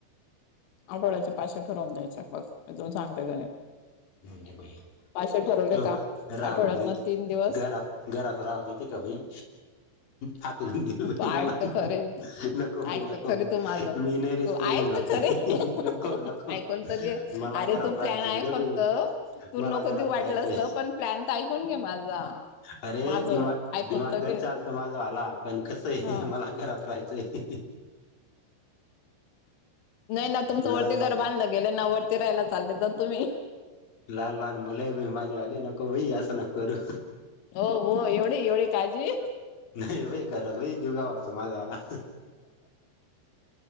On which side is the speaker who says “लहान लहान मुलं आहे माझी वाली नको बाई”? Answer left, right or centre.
Left